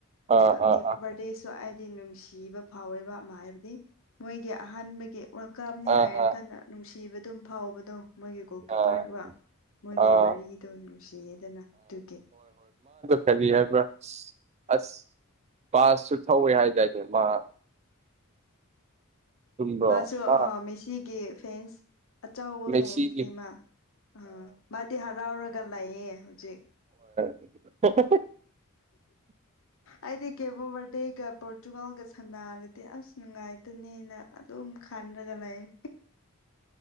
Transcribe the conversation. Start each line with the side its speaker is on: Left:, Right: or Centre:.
Right: ꯑꯥ
Left: ꯑꯗꯨꯒ
Right: ꯑꯥ
Left: ꯀꯦ ꯕꯔꯗꯦꯁꯨ ꯍꯥꯏꯗꯤ ꯅꯨꯡꯁꯤꯕ ꯐꯥꯎꯋꯦꯕ ꯑꯃ ꯍꯥꯏꯕꯗꯤ ꯃꯣꯏꯒꯤ ꯑꯍꯥꯟꯕꯒꯤ ꯋꯥꯀꯥꯝꯅꯤ
Right: ꯑꯥ ꯑꯥ
Left: ꯍꯥꯏꯔꯀꯥꯟꯗ ꯅꯨꯡꯁꯤꯕꯗꯨꯝ ꯐꯥꯎꯕꯗꯣ ꯃꯣꯏꯒꯤ ꯀꯣꯜꯀꯤꯄꯥꯔꯠ
Right: ꯑꯥ
Left: ꯋꯥ ꯃꯣꯏꯒꯤ
Right: ꯑꯥ
Left: ꯋꯥꯔꯤꯗꯣ
Right: ꯑꯥ
Left: ꯅꯨꯡꯁꯤꯌꯦꯗꯅ ꯑꯗꯨꯒꯤ
Right: ꯐꯔꯤ ꯍꯥꯏꯕ꯭ꯔꯥ ꯑꯁ ꯑꯁ ꯄꯥꯁꯁꯨ ꯊꯧꯋꯦ ꯍꯥꯏꯇꯥꯔꯗꯤ ꯃꯥ ꯆꯨꯝꯕ꯭ꯔꯣ
Left: ꯃꯥꯁꯨ
Right: ꯃꯥ
Left: ꯑ ꯃꯦꯁꯤꯒꯤ ꯐꯦꯟꯁ ꯑꯆꯕ
Right: ꯃꯦꯁꯤꯒꯤ
Left: ꯐꯦꯟꯁꯅꯦꯃ ꯑꯥ ꯃꯥꯗꯤ ꯍꯔꯥꯎꯔꯒ ꯂꯩꯌꯦ ꯍꯧꯖꯤꯛ
Right: ꯍ <inaudible>
Left: ꯑꯩꯗꯤ ꯀꯦꯕꯣ ꯕꯔꯗꯦꯒ ꯄꯣꯔꯇꯨꯒꯥꯜꯒ ꯁꯥꯟꯅꯔꯗꯤ ꯑꯁ ꯅꯨꯡꯉꯥꯏꯇꯅꯦꯅ ꯑꯗꯨ ꯑꯗꯨ ꯈꯥꯟꯗꯒ ꯂꯩꯑ